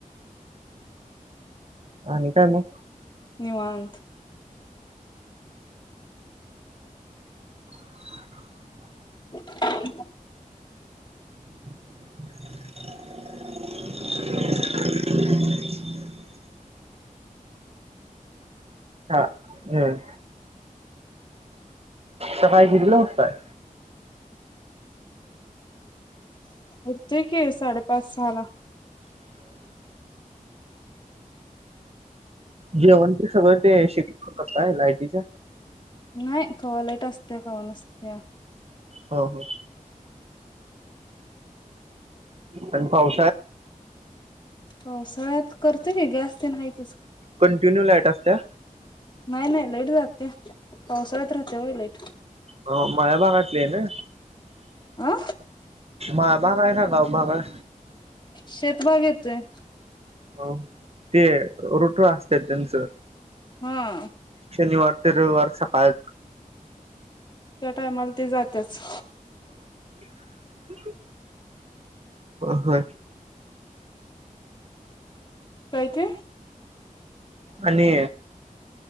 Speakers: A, on the right; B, on the left.
A: आणि काय मग
B: निवांत
A: <unintelligible>
B: <unintelligible>
A: <unintelligible> हा हम्म, सफायगिरीला होताय.
B: उठतोय की साडे पाच सहाला
A: जेवण ते सगळं ते शिकवता काय लायटीच्या?
B: नाही कवा लईट असते कवा नसत्या
A: हो हो आणि भाऊ?
B: हो सगळ्यात करतं की गॅस तेन हाईत
A: कंटिन्यू लाईट असत्या?
B: नाही नाही लाईट जात्या पावसाळ्यात राहत्या व्हय लाईट
A: हो मायाभागातले हाय ना?
B: अ
A: मा बा गाय ना गाव भागल
B: शेतभाग येतोय
A: हो ते रोटर असत्यात त्यांचं
B: हा
A: शनिवार ते रविवार सकाळ
B: त्या टायमाला ते जात्याच
A: <unintelligible> अ ह
B: काय ते?
A: आणि